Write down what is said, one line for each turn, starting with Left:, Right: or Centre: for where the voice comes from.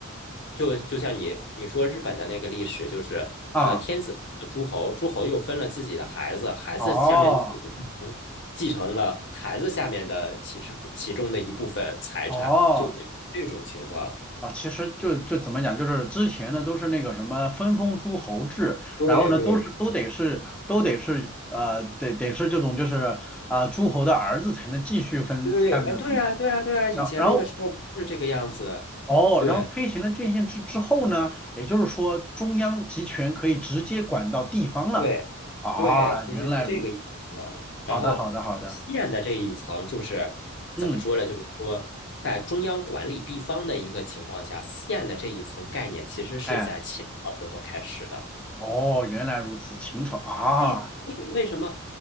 Left: 就就像你你说日本的那个历史，就是呃天子诸侯，
Centre: 啊，
Left: 诸侯又分了自己的孩子，孩子下面
Centre: 哦
Left: 嗯继承了孩子下面的其实其中的一部分财产，
Centre: 哦，
Left: 就就这种情况。
Centre: 啊，其实就就怎么讲，就是之前呢都是那个什么分封诸侯制，
Left: 对对
Centre: 然后呢都是都得是都得是呃得得是这种就是啊、诸侯的儿子才能继续分下面的土地，
Left: 对，啊，对呀，对呀，对呀，以前那个时候不是这个样子，
Centre: 然后然后哦，
Left: 对，
Centre: 然后推行了郡县制之后呢，也就是说中央集权可以直接管到地方了啊，
Left: 对，对，
Centre: 原来如
Left: 其实是这个意思的。
Centre: 好的好的好的，
Left: 然后县的这一层就是怎么说呢？
Centre: 嗯，
Left: 就是说，在中央管理地方的一个情况下，县的这一层概念其实是在秦朝时候开始的。
Centre: 哎，哦，原来如此，秦朝啊，
Left: 所以，所以为什么，